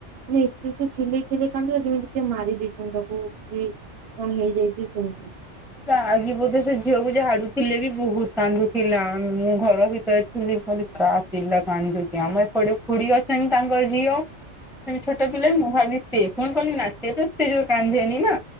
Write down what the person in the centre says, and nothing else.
ଆଗେ ବୋଧେ ସେ ଝିଅକୁ ଝାଡୁଥିଲେ ବି ବହୁତ କାନ୍ଦୁଥିଲା ମୁଁ ଘର ଭିତରେ ଥିଲି ବୋ ତା ପିଲା କାନ୍ଦୁଛି ଆମର ଏ ଫୁଡି ଅଛନ୍ତି ତାଙ୍କର ଝିଅ। ସେ ମାନେ ଛୋଟ ପିଲାର ମୁଁ ଭାବି ସେ? କଣ କହିଲି ନା ସିଏ ତ ଷ୍ଟେଜ କାନ୍ଧେନି ନା